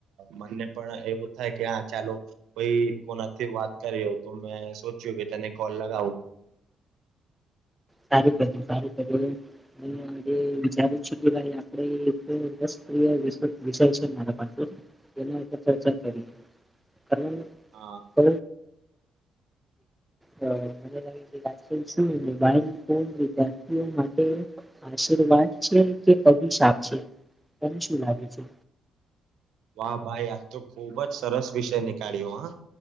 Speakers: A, on the right; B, in the centre.
A: મને પણ એવું થાય કે હા ચાલો કોઈ કોનાથી વાત કર્યો તો મેં સોચ્યું કે તને કોલ લગાવું
B: સારું બું સારું કરું એજ વિચારું છે કે ભાઈ આપડે એક વત વિષય છે મારા પાછ એના ચર્ચા કરીએ કર
A: હા
B: <inaudible> તો મને લાગે છે રાજ શું બ <inaudible> વિદ્યાર્થીઓ માટે આશીર્વાદ છે કે અભિશાપ છે. તને શું લાગે છે.
A: વાા ભાઈ આજ તો ખુબ જ સરસ વિષય નીકળ્યો હા